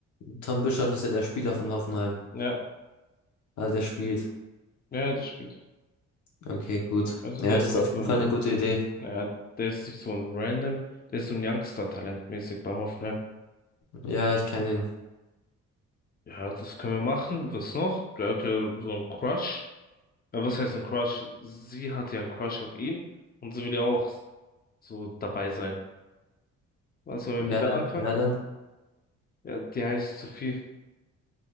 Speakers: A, on the left; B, on the left.
A: Tom Bischoff ist ja der Spieler von Hoffenheim.
B: Ja,
A: Ah, der spielt.
B: ja, das spielt.
A: Okay, gut.
B: Also
A: Ja,
B: der
A: das
B: ist
A: ist
B: nicht
A: auf jeden
B: nur ein,
A: Fall eine gute Idee.
B: ja, der ist nicht so ein Random, der ist so ein Youngster-Talent mäßig bei Hoffenheim.
A: Ja, ich kenne ihn.
B: Ja, das können wir machen. Was noch? Der hat ja so einen Crush. Ja, was heißt ein Crush? Sie hatte ja einen Crush auf ihn und sie will ja auch so dabei sein. Was sollen wir
A: Wer
B: mit der
A: denn?
B: anfangen?
A: Wer denn?
B: Ja, die heißt Sophie.